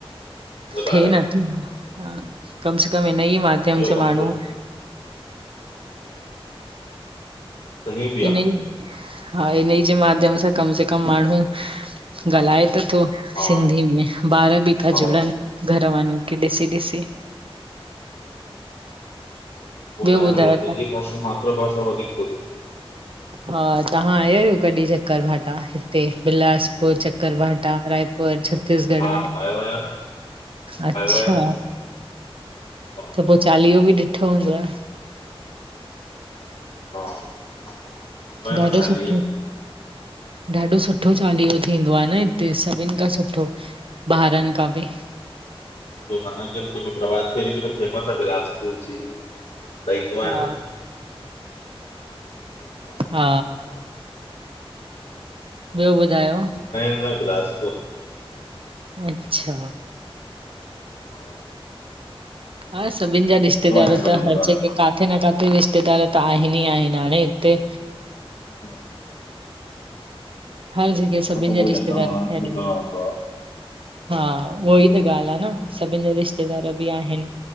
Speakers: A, on the left (about 75°); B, on the right (about 60°).
A: उहो त
B: थिए
A: आहे
B: नथो
A: न
B: हा हिन ही कम से कम हिनन ई माध्यम
A: इहो
B: से
A: कमु
B: माण्हू
A: त सही बि
B: हिनई
A: आ।
B: हा हिन ई जे माध्यम सां कम से कम माण्हू ॻाल्हाए त थो
A: हा
B: सिंधी में ॿार बि था
A: हा
B: जुड़नि घर वारनि खे ॾिसी ॾिसी
A: उहो
B: ॿियो
A: त आहे
B: ॿुधायो
A: न भई पंहिंजी भाषा मातृ भाषा ते वधीक सोचॼे
B: हा तव्हां आया आहियो कॾहिं चक्कर भाटा हिते बिलासपुर चक्कर भाटा रायपुर छत्तीसगढ़
A: हा
B: में
A: हा आयो आहियां न
B: अच्छा
A: आयो आहियां न हा
B: त पोइ चालीहो बि ॾिठो हूंदुव।
A: हा ईंदो आहियां न
B: ॾाढो
A: छा
B: सुठो
A: ॾींहं
B: ॾाढो सुठो चालीहो थींदो आ न हिते सभिनि खां सुठो बाहेरिन खा बि
A: गुरुनानक जयंती में प्रभात फेरी बि त फेमस आ बिलासपुर जी त ईंदो
B: हा
A: आहियां न मुंहिंजा
B: हा ॿियो ॿुधायो
A: न न बिलासपुर
B: अच्छा
A: हा,
B: हा सभिनि जा रिश्तेदार
A: ईंदो आहियां कॾहिं
B: त हर
A: कभार
B: जगह काथे किथे न किथे रिश्तेदार त आहिनि ई आहिनि हाणे हिते
A: हा
B: हर जॻह सभिनि
A: न त
B: जा
A: उहोई
B: रिश्तेदार
A: अचण वञण
B: फैलियल
A: थींदो
B: आहिन
A: रहंदो आहे
B: हा उहोई त ॻाल्हि आ न सभिनि जेा रिश्तेदार बि आहिनि